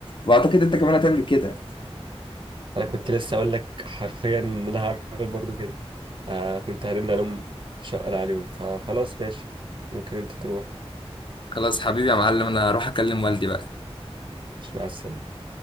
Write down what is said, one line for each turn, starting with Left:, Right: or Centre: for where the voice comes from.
Left: واعتقد انت كمان هتعمل كده
Right: أنا كنت لسه أقول لك حرفيا إن أنا هعمل برضو كده آه كنت هرن ألوم شقر عليهم فخلاص ماشي ممكن أنت تروح
Left: خلاص حبيبي يا معلم انا هروح اكلم والدي بقى
Right: مش مع السلامة